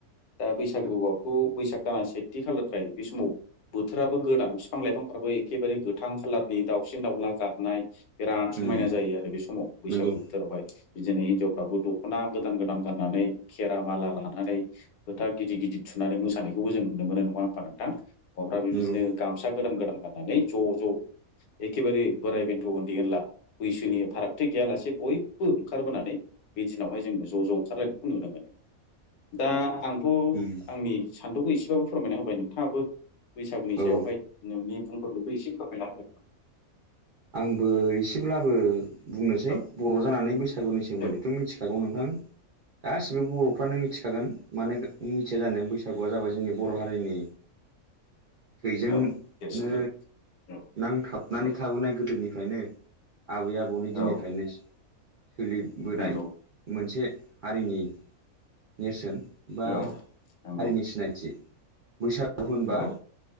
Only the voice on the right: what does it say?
उम
नंगौ
नंगौ
उम
औ
आंबो एसेब्लाबो बुंनोसै
बर' जानानै बैसागुनि सोमोन्दैथ'
मिथिखागौ नोंथां।
गासिबो बर'फ्रानो मिथिखागोन मानोे मिथिया जानो बैसागुआ जाबाय जोंनि बर' हारिनि।
थैजोंनो
नांथाबनानै
थाबोनाय गोदोनिफ्रायनो। आबै आबौनि दिननिफ्रायनो
सोलिबोनाय
मोनसे हारिनि नेरसोन बा
हारिनि सिनायथि बैसागु होनबा।